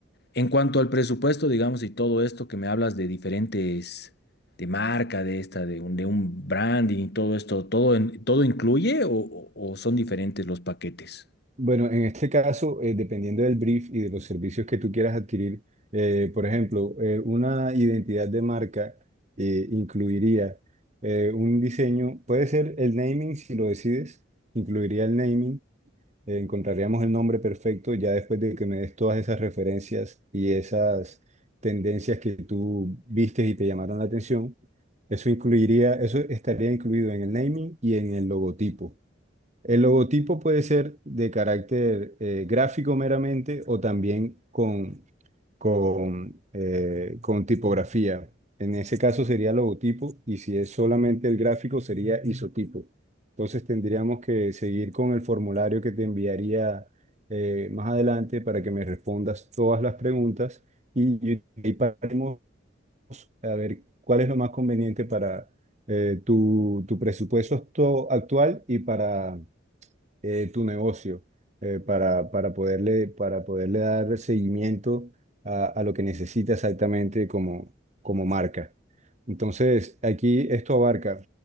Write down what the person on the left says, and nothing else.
En cuanto al presupuesto, digamos, y todo esto que me hablas de diferentes, de marca, de esta, de un, de un branding y todo esto, ¿todo, en- todo incluye o, o- o son diferentes los paquetes?